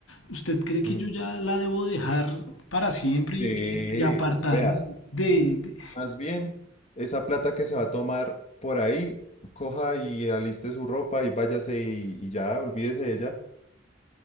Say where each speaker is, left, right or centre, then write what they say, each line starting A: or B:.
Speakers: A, on the left; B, on the left.
A: ¿usted cree que
B: Mm,
A: yo ya la debo dejar para siempre
B: Sí,
A: y, y apartarme
B: vea.
A: de, de-
B: Más bien, esa plata que se va a tomar por ahí, coja y aliste su ropa y váyase y, y ya, olvídese de ella.